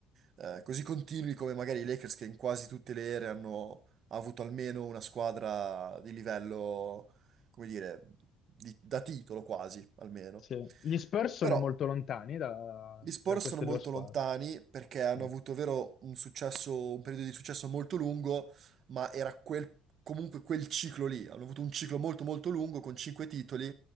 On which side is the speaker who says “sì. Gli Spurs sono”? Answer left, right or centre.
Left